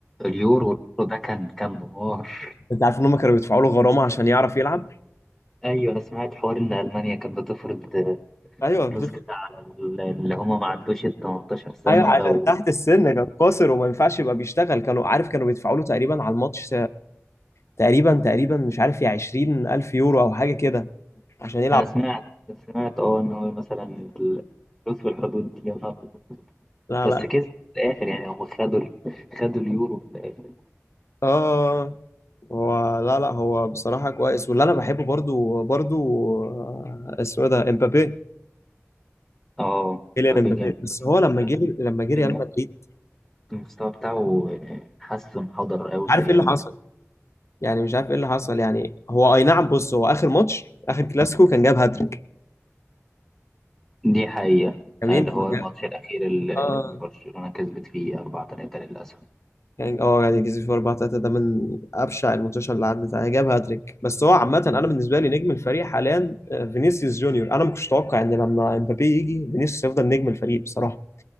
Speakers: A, in the centre; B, on the left.
A: اليورو ده كان كان دمار
B: انت عارف ان هم كانوا بيدفعوا له غرامه عشان يعرف يلعب؟
A: ايوه انا سمعت حوار ان المانيا كانت بتفرض
B: ايوه بتفرق.
A: فلوس كده على اللي هم ما عدوش ال 18 سنه
B: ايوه عشان
A: لو
B: تحت السن كان قاصر وما ينفعش يبقى بيشتغل كانوا عارف كانوا بيدفعوا له تقريبا على الماتش تقريبا تقريبا مش عارف يا 20 ألف يورو أو حاجة كده عشان يلعب
A: انا سمعت سمعت اه ان هو مثلا الفلوس في الحدود دي يا نهار أبيض.
B: لا
A: بس
B: لا
A: كسبوا في الاخر يعني هم خدوا ال- خدوا اليورو في الاخر
B: اه هو لا لا هو بصراحة كويس واللي انا بحبه برضو برضو آه، اسمه إيه ده امبابي
A: اه
B: كيليان
A: مبابي
B: امبابي
A: جامد
B: بس
A: بس
B: هو لما
A: بس
B: جه لما جه ريال
A: الم-
B: مدريد
A: المستوى بتاعه حاسه انحدر قوي
B: مش عارف
A: في ريال
B: ايه اللي حصل
A: مدريد
B: يعني مش عارف ايه اللي حصل يعني هو اي نعم بص هو اخر ماتش اخر كلاسيكو كان جاب هاتريك
A: دي حقيقه
B: جميل
A: آه، ده هو
B: هو جاب
A: الماتش الاخير اللي
B: اه
A: برشلونه كسبت فيه 4 3 للاسف
B: كان اه يعني كسب في 4 3 ده من ابشع الماتشات اللي عدت عليها جاب هاتريك بس هو عامه انا بالنسبه لي نجم الفريق حاليا آه، فينيسيوس جونيور انا ما كنتش اتوقع ان لما امبابي يجي فينيسيوس يفضل نجم الفريق بصراحه